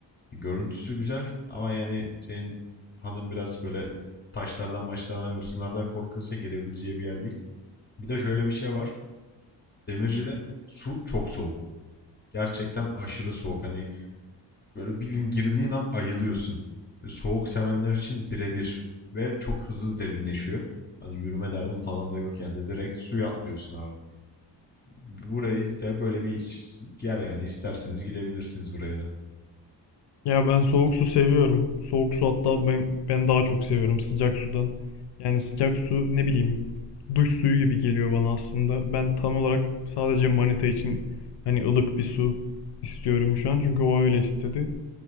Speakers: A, on the left; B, on the left.
A: E, Görüntüsü güzel ama yani senin hanım biraz böyle taşlardan maçlardan yosunlardan korkuyorsa girebileceği bir yer değil. Bir de şöyle bir şey var. Demirci'de su çok soğuk. Gerçekten aşırı soğuk. Hani Böyle bildiğin girdiğin an ayılıyorsun. Ve soğuk sevenler için birebir. Ve çok hızlı derinleşiyor. Hani yürüme derdin falan da yok yani. De Direkt suya atlıyorsun abi. Burayı da böyle bir yer yani. isterseniz gidebilirsiniz buraya da.
B: Ya ben soğuk su seviyorum. Soğuk su hatta ben, ben daha çok seviyorum sıcak sudan. Yani sıcak su ne bileyim duş suyu gibi geliyor bana aslında. Ben tam olarak sadece manita için hani ılık bir su istiyorum şu an çünkü o öyle istedi.